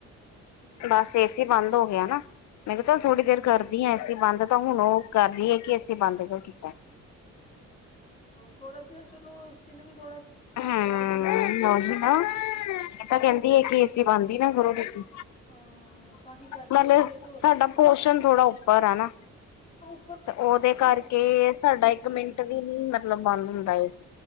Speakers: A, on the left (about 20°); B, on the left (about 70°).
A: ਹਮ,
B: ਬਸ ਏਸੀ ਬੰਦ ਹੋ ਗਿਆ ਨਾ ਮੈਂ ਕਿਹਾ ਚੱਲ
A: ਅੱਛਾ
B: ਥੋੜੀ
A: ਅੱਛਾ
B: ਦੇਰ ਕਰਦੀ ਹਾਂ ਏਸੀ ਬੰਦ ਤਾਂ ਹੁਣ ਉਹ ਕਰ ਰਹੀ ਹੈ ਕਿ ਏਸੀਂ ਬੰਦ ਕਿਉ ਕਰ ਕੀਤਾ।
A: ਥੋੜ੍ਹਾ ਜਿਹਾ ਚਲੋ ਇਸਏ ਸੀ ਨੂੰ ਵੀ ਥੋੜ੍ਹਾ ਟਾਈਮ
B: ਹੂੰ
A: ਚਾਹੀਦਾ ਨਾ
B: ਨਹੀਂ ਨਾ ਇਹ ਤਾਂ ਕਹਿੰਦੀ ਹੈ ਕਿ ਏਸੀ ਬਣਦੀ ਨਾ ਕਰੋ ਤੁਸੀਂ
A: ਹਾਂ ਤਾਂ ਹੀ ਕਰਕੇ
B: ਮਤਲਬ
A: ਇਰੀਟੇਟ ਹੋ
B: ਸਾਡਾ ਪੋਸ਼ਣ ਥੋੜਾ ਉੱਪਰ ਹੈ ਨਾ।
A: ਹ
B: ਤੇ ਉਹਦੇ ਕਰਕੇ ਸਾਡਾ ਇੱਕ ਮਿੰਟ
A: ਹੁੰਦੀ
B: ਵੀ
A: ਹੈ
B: ਨੀ ਮਤਲਬ ਬੰਦ ਹੁੰਦਾ ਏ ਸ